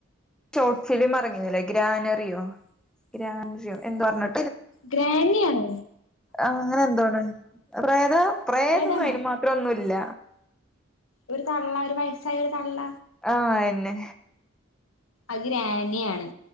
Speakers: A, in the centre; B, on the left.
A: ഷോർട്ട് ഫിലിം ഇറങ്ങിയുന്നില്ലേ ഗ്രാനറിയോ ഗ്രാനറിയോ എന്തോ പറഞ്ഞിട്ട്
B: ഗ്രാനി ആണോ
A: ആഹ് അങ്ങനെന്തോണ് പ്രേതാ പ്രേതൊന്നു
B: പ്രേതാണോ
A: അയിന് മാത്രൊന്നുല്ല
B: ഒരു തള്ള ഒരു വയസ്സായൊരു തള്ള
A: ആഹ് അയന്നെ
B: അത് ഗ്രാനി ആണ്